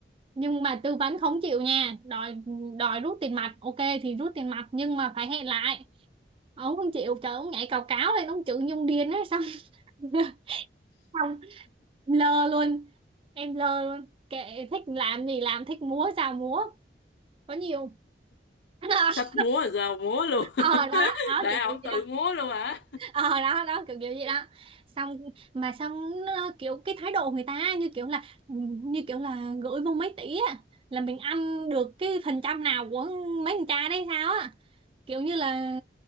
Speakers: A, on the right (about 30°); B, on the left (about 75°).
A: nhưng mà tư vấn không chịu nha đòi đòi rút tiền mặt ok thì rút tiền mặt nhưng mà phải hẹn lại ông không chịu trời ông nhảy cào cáo lên ông chữ nhung điên ấy xong <laughs> xong lơ luôn em lơ luôn kệ thích làm gì làm thích múa sao múa có nhiều <laughs>
B: Thích múa giờ múa luôn
A: ờ
B: <laughs>
A: đó đó
B: Để
A: kiểu
B: ổng
A: kiểu gì
B: tự
A: đó
B: múa luôn hả
A: ờ đó đó kiểu kiểu gì đó xong mà xong nó kiểu cái thái độ người ta như kiểu là như kiểu là gửi vô mấy tỷ á là mình ăn được cái phần trăm nào của mấy con trai đấy sao á kiểu như là